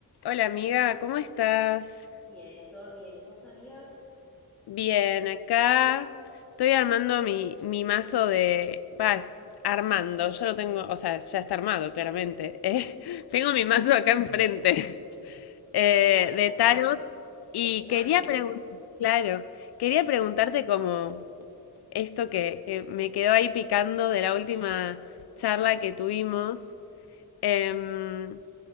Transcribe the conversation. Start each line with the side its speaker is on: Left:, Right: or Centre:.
Left: Hola amiga, ¿cómo estás?
Centre: Bien, todo bien. ¿Y vos, amiga?
Left: Bien, acá estoy armando mi, mi mazo de... Va, es- armando, ya lo tengo, o sea, ya está armado, claramente. <laughs> Eh, tengo mi mazo acá enfrente <laughs> eh,
Centre: Dale,
Left: de tarot y
Centre: me encanta.
Left: quería preguntar, claro, quería preguntarte como esto que, que me quedó ahí picando de la última charla que tuvimos. em,